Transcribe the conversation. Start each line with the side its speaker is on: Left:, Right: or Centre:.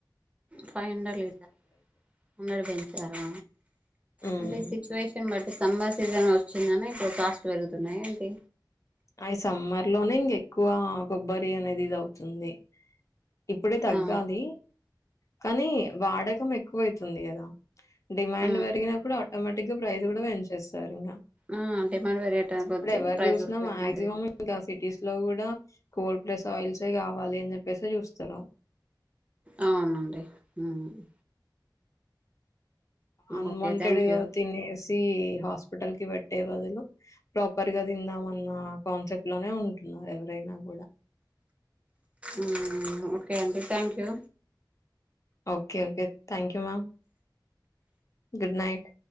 Right: ఫైవ్ హండ్రెడ్ లీటర్ హండ్రెడ్ పెంచారా
Left: ఉమ్.
Right: అంటే సిచువేషన్ బట్ సమ్మర్ సీజన్ వచ్చిందనే ఇప్పుడు కాస్ట్ పెరుగుతున్నాయి ఏంటి
Left: అయి సమ్మర్ లోనే ఇంగే క్కువ కొబ్బరి అనేది ఇదవుతుంది ఇప్పుడే తగ్గాలి
Right: ఆ
Left: కానీ వాడకం ఎక్కువైతుంది గదా డిమాండ్
Right: ఆ
Left: పెరిగినప్పుడా ఆటోమేటిక్ గా ప్రైజ్ కూడా పెంచేస్తారు ఇంకా
Right: ఆ డిమాండ్ పెరిగేట
Left: ఇప్పుడు
Right: కొద్దీ
Left: ఎవరు
Right: ప్రైస్
Left: చూసినా
Right: కూడా పెరిగింది
Left: మాక్సిమం
Right: పెరిగింది.
Left: ఇంకా సిటీస్ లో కూడా కోల్డ్ ప్రెస్ ఆయిల్సే కావాలి అని చెప్పేసి చూస్తన్నా
Right: అవునండి మ్
Left: అన్వాంటెడ్
Right: ఓకే థ్యాంక్
Left: గా
Right: యూ
Left: తినేసి హాస్పిటల్ కి పెట్ అట్టే బదులు ప్రాపర్ గా తిందామన్న కాన్సెప్ట్ లోనే ఉంటున్నారు ఎవరైనా కూడా
Right: మ్ ఓకే అండి thank you
Left: okay okay thank you ma'am good night